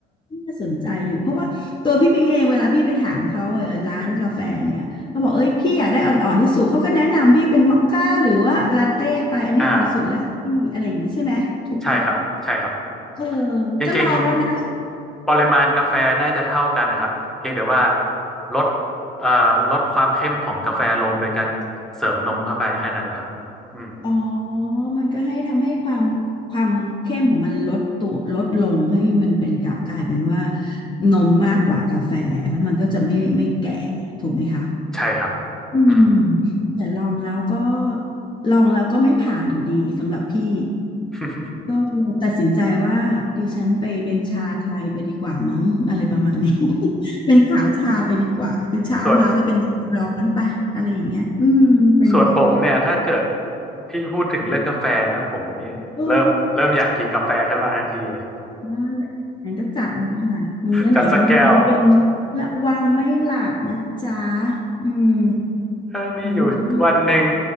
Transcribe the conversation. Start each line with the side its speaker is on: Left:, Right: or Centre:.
Left: น่าสนใจอยู่เพราะว่าตัวพี่ปิงเองเวลาพี่ไปถามเขาเออร้านกาแฟเนี่ยเขาบอกเอ้ยพี่อยากได้อ่อนๆที่สุดเขาก็แนะนำพี่เป็นมอคค่าหรือว่าลาเต้ไปอันนี้อ่อนสุดแล้วค่ะพี่อะไรอย่างงี้ใช่ไหมถูกป่ะ
Centre: อ่า ใช่ครับใช่ครับ
Left: เออ
Centre: จริง
Left: ก็ลองแล้วนะ
Centre: ๆปริมาณกาแฟน่าจะเท่ากันนะครับเพียงแต่ว่าลดเอ่อลดความเข้มของกาแฟลงโดยการเสริมนมเข้าไปแค่นั้นแหละครับอืม
Left: อ๋อมันก็ให้ทำให้ความความเข้มของมันลดตัวลดลงให้มันเป็นกลับกลายเป็นว่านมมากกว่ากาแฟแล้วมันก็จะไม่ไม่แก่ถูกไหมคะ
Centre: ใช่ครับ
Left: อืม
Centre: อืม
Left: แต่ลองแล้วก็ลองแล้วก็ไม่ผ่านอยู่ดีสำหรับพี่
Centre: <laughs>
Left: ก็เลยตัดสินใจว่าดิฉันไปเป็นชาไทยไปดีกว่ามั้ง <laughs> อะไรประมาณนี้ <laughs> เป็นขาชาไปดีกว่าคือเช้ามาก็เป็นชาร้อนไปอะไรอย่างเงี้ยอืมเป็นแบบ
Centre: ส่วนส่วนผมเนี่ยถ้าเกิดพี่พูดถึงเรื่องกาแฟนะผมนี่เริ่มเริ่มอยากกินกาแฟขึ้นมาทันทีเลย
Left: โอ้ นั่นแหละงั้นก็จัดเลยค่ะมื้อไหนคะเนี่ยมื้อเย็น
Centre: <laughs> จัดสักแก้ว
Left: ระวังไม่หลับนะจ๊ะอืม
Centre: เออมีอยู่วันหนึ่ง
Left: งั้นที่